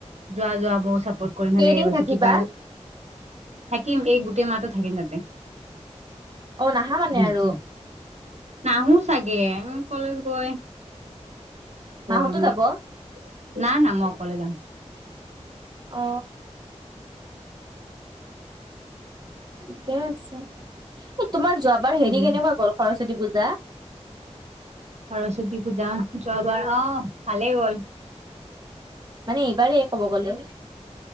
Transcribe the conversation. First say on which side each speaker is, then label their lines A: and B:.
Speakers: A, on the right; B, on the right.
A: যোৱা যোৱা মইয়ো চাপৰ্ট কৰিম
B: কেইদিন
A: হেনেকে কৈছে
B: থাকিবা
A: কিবা থাকিম এই গোটেই মাহটো থাকিম তাতে
B: অ নাহা মানে
A: ইষ্টিম
B: আৰু
A: নাহো চাগে কলেজ গৈ গৰমত,
B: মাহতো যাব
A: না না মই অকলে যাম।
B: অ ঠিকে আছে, এ তোমাৰ যোৱাবাৰ
A: তুমি
B: হেৰি কেনেকুৱা গ'ল সৰস্বতী পূজা?
A: সৰস্বতী পূজা, যোৱাবাৰ অ ভালেই গ'ল।
B: মানে এইবাৰে ক'ব গ'লে।